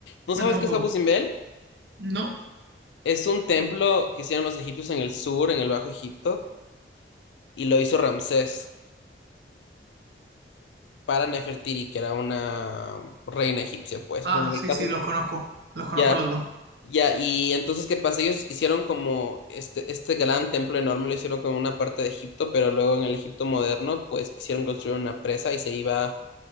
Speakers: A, on the left; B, on the right.
A: ¿No
B: cuéntame
A: sabes qué
B: un poco.
A: es Abu Simbel?
B: No.
A: Es un templo que hicieron los egipcios en el sur, en el Bajo Egipto, y lo hizo Ramsés para Nefertiri, que era una reina egipcia, pues.
B: Ah,
A: Bueno, en
B: sí,
A: el caso,
B: sí, los conozco. Los
A: ya,
B: conozco a los dos.
A: ya. Y entonces, ¿qué pasa? Ellos hicieron como este, este gran templo enorme, lo hicieron como una parte de Egipto, pero luego en el Egipto moderno, pues quisieron construir una presa y se iba